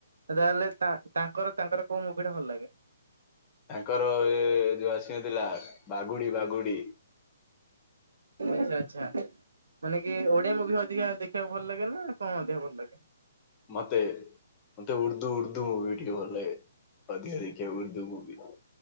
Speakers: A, on the right (about 60°); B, on the left (about 20°).
A: ତାହେଲେ ତାଙ୍କର ତାଙ୍କର କୋଉ ମୁଗିଟା ଭଲ ଲାଗେ?
B: ତାଙ୍କର ଉ ଯୋଉ ଆସିବ ଥିଲା ବାଘୁଡି ବାଘୁଡି
A: ଆଚ୍ଛା ଆଚ୍ଛା ମାନେ କି ଓଡିଆ ମୁଭି ଅଧିକା ଦେଖିବାକୁ ଭଲ ଲାଗେ ନା କଣ ଅଧିକ ଭଲ ଲାଗେ?
B: ମତେ? ମତେ ଉର୍ଦ୍ଦୁ ଉର୍ଦୁ ମୂଭି ଟିକେ ଭଲେ ଅଧିକ ଦେଖିବାକୁ ଉର୍ଦୁ ମୂଭି।